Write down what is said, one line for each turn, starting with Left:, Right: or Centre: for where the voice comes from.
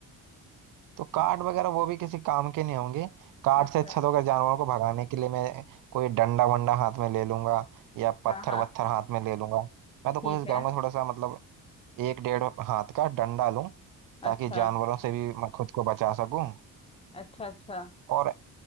Right: तो कार्ड वगैरह वो भी किसी काम के नहीं होंगे कार्ड
Left: अच्छा
Right: से अच्छा तो अगर जानवरों को भगाने के लिए मैं कोई डंडा वंडा हाथ में ले लूंगा या पत्थर
Left: हाँ हाँ
Right: वत्थर हाथ में ले लूंगा मैं तो
Left: ठीक
Right: कोशिश
Left: है
Right: करूंगा थोड़ा सा मतलब एक डेढ़ हाथ का डंडा लूं
Left: अच्छा
Right: ताकि जानवरों से भी मैं खुद को बचा सकूं
Left: अच्छा अच्छा
Right: और